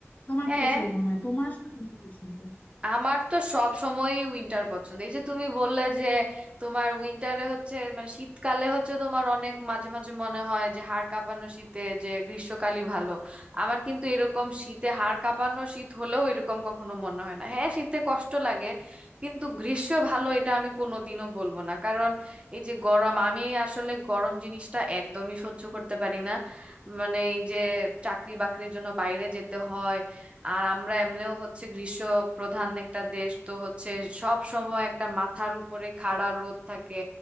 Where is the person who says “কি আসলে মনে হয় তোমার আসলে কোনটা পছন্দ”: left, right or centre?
Left